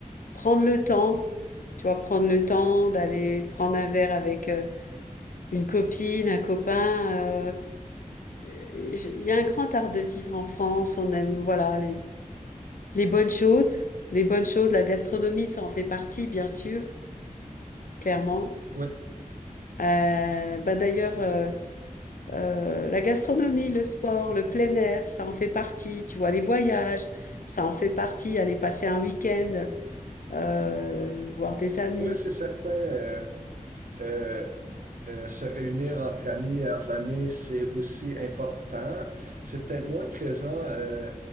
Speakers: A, on the left (about 75°); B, on the right (about 70°).
A: prendre le temps, tu vois, prendre le temps d'aller prendre un verre avec euh, une copine, un copain. euh, il y a un grand art de vivre en France, on aime, voilà, les bonnes choses, les bonnes choses, la gastronomie, ça en fait partie, bien sûr, clairement.
B: Oui,
A: Euh, bah d'ailleurs, euh, euh, la gastronomie, le
B: ouais,
A: sport, le plein air, ça en fait partie. Tu vois, les voyages, ça en fait partie. Aller passer un week-end, euh, voir des amis.
B: ouais, c'est certain. euh, euh, Euh, se réunir entre amis en famille, c'est aussi important. C'est peut-être moins présent euh,